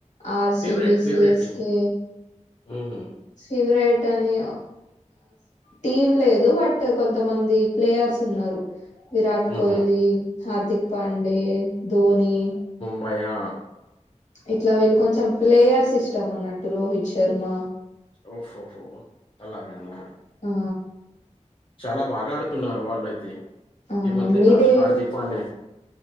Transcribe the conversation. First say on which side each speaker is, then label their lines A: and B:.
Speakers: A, on the left; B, on the left.
A: R C
B: favourite
A: B
B: favourite
A: C yes
B: team
A: కే
B: హుహు.
A: ఫేవరెట్ అని టీమ్ లేదు బట్ కొంతమంది ప్లేయర్స్ ఉన్నారు విరాట్
B: హుహు.
A: కోహలీ హార్దిక్ ప పాండే ధోని
B: మయా
A: ఇట్లా వీళ్ళు కొంచెం ప్లేయర్స్ ఇస్తాం అన్నట్టు రోహిత్ శర్మ
B: ఓహహో అలాగనా
A: ఆ
B: చాలా బాగా ఆడుతున్నారు వాళ్ళయితే
A: అవును
B: ఈ మధెలా
A: మీదే
B: హార్దిక్ పానే